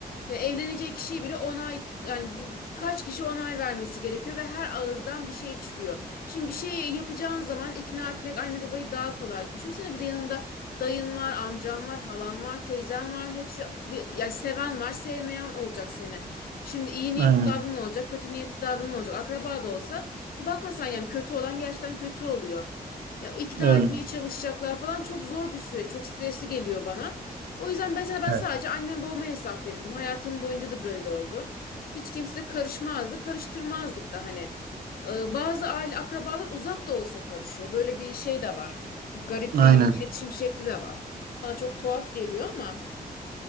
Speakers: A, on the left; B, on the right.
A: Ya evleneceği kişiyi bile onay yani bir- kaç kişi onay vermesi gerekiyor ve her ağızdan bir şey çıkıyor. Şimdi bir şey yapacağın zaman ikna etmek anne babayı daha kolay. Düşünsene bir de yanında dayın var, amcan var, halan var, teyzen var. Hepsi bir- yani seven var, sevmeyen olacak seni. Şimdi iyi niyetli
B: aynen
A: davranan olacak, kötü niyetli davranan olacak. Akraba da olsa bakmasan yani kötü olan gerçekten kötü oluyor. Ya ikna
B: öyle.
A: etmeye çalışacaklar falan çok zor bir süreç. Çok stresli geliyor bana. O yüzden mesela ben
B: Evet.
A: sadece annem babama hesap verirdim. Hayatım boyunca da böyle oldu. Hiç kimse de karışmazdı, karıştırmazdık da hani. Ee, bazı aile akrabalar uzak da olsa karışıyor. Böyle bir şey de var. Garip
B: Aynen.
A: bir iletişim şekli de var. Bana çok tuhaf geliyor ama